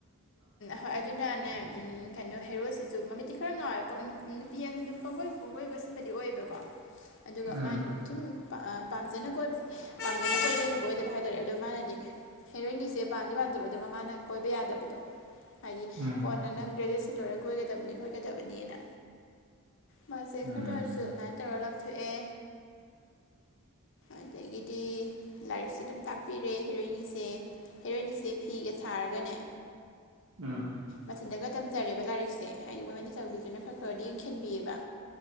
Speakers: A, on the left; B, on the right.
A: ꯍꯣꯏ ꯑꯗꯨꯅꯅꯦ ꯀꯩꯅꯣ ꯍꯦꯔꯣꯁꯤꯁꯨ ꯃꯃꯤꯠꯇꯤ ꯈꯔ ꯉꯥꯎꯋꯦ ꯅꯨꯄꯤ ꯑꯅ ꯑꯗꯨꯝ ꯄꯪꯒꯣꯏ ꯄꯪ ꯀꯣꯏ ꯀꯣꯏꯁꯤꯟꯕꯗꯤ ꯑꯣꯏꯌꯦꯕꯀꯣ ꯑꯗꯨꯒ
B: ꯎꯝ
A: ꯃꯥꯅꯗꯅꯤ ꯁꯨꯝ ꯄꯥꯝꯖꯅ ꯄꯥꯝꯖꯅ ꯀꯣꯏꯕꯗꯤ ꯑꯣꯏꯗꯕ ꯍꯥꯏ ꯇꯔꯦ ꯑꯗꯣ ꯃꯥꯅꯗꯤ ꯍꯦꯔꯣꯏꯅꯤꯁꯦ ꯄꯝꯗꯤ ꯄꯥꯝꯗꯕ ꯑꯗꯣ ꯃꯃꯥꯅ ꯀꯣꯏꯕ ꯌꯥꯗꯕꯗꯣ ꯍꯥꯏꯗꯤ
B: ꯎꯝ
A: ꯀꯣꯟꯅ ꯅꯪ ꯒ꯭ꯔꯦꯖꯨꯁ ꯁꯤ ꯂ‌ꯣꯏꯔꯥ ꯀ‌ꯣꯏꯒꯗꯕꯅꯤ ꯈ‌ꯣꯠꯀꯗꯕꯅꯤꯅ ꯃꯥꯁꯦ
B: ꯎꯝ
A: ꯈꯔꯗꯁꯨ ꯇꯧꯔ ꯂꯞ ꯊꯣꯛꯑꯦ ꯑꯗꯒꯤꯗꯤ ꯂꯥꯏꯔꯤꯛꯁꯨ ꯑꯗꯨꯝ ꯇꯥꯛꯄꯤꯔꯦ ꯍꯦꯔꯣꯏꯅꯤꯁꯦ ꯍꯦꯔꯣꯏꯅꯤꯁꯦ ꯐꯤ ꯐꯤꯒ ꯁꯥꯔꯒꯅꯦ
B: ꯎꯝ
A: ꯃꯊꯟꯗꯒ ꯇꯝꯖꯔꯦꯕ ꯂꯥꯏꯔꯤꯛꯁꯦ ꯍꯥꯏꯗꯤ ꯃꯣꯏ ꯃꯅꯦ ꯆꯥꯎꯕꯤꯗꯨꯅ ꯈꯔ ꯈꯔꯗꯤ ꯌꯦꯡꯁꯤꯟꯕꯤꯑꯕ